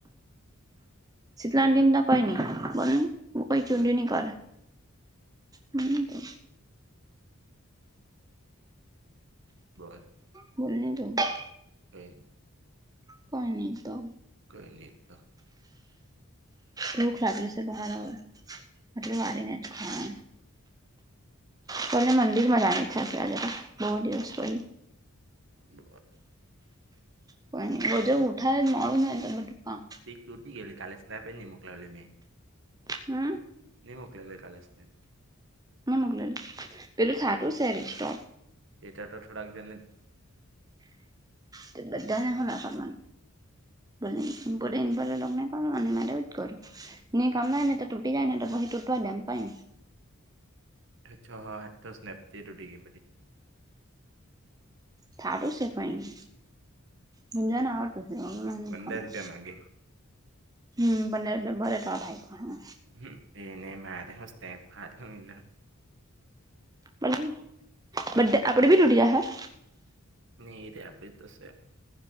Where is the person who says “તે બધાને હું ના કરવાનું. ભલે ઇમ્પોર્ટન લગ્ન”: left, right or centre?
Right